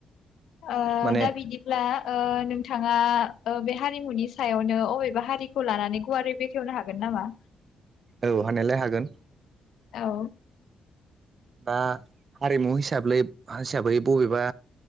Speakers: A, on the left; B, on the right.
A: ओ
B: माने
A: दा बिदिब्ला ओ नोंथांङा ओ बे हा रिमुनि सायावनो अबेबा हारिखौ लानानै गुवारै बेखेवनो हागोन नामा?
B: औ हानायालाय हागोन
A: औ
B: दा हारिमु हिसाबै हिसाबै बबेबा